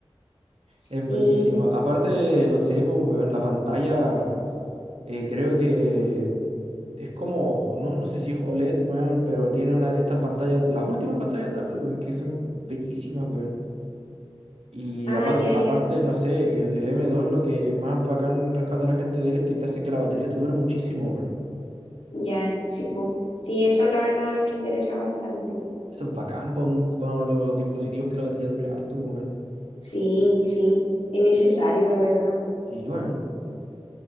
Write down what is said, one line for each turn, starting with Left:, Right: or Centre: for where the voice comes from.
Left: sí.
Right: es buenísimo. Aparte, no sé, pues, weón, la pantalla. Eh, creo que es como, no, no sé si es OLED, weón, pero tiene una de estas pantallas, las últimas pantallas de Apple, weón, que son bellísimas, weón. Y
Left: Ah,
Right: aparte,
Left: ya, ya,
Right: aparte, no sé, el, el m dos lo que más bacán rescata a la gente de él es que te hace que la batería te dure muchísimo, weón.
Left: ya, sí, po. Sí, eso la verdad me interesa bastante.
Right: Eso es bacán para los dispositivos que la batería dure harto, weón.
Left: Sí, sí, es necesario, la verdad.
Right: Y weón,